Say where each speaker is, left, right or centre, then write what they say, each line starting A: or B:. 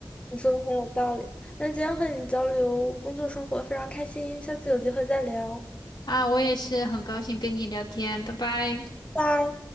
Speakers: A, on the left; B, on the left.
A: 你说的很有道理。那今天和你交流工作生活非常开心，下次有机会再聊，
B: 啊，我也是很高兴跟你聊天，拜拜。
A: 拜。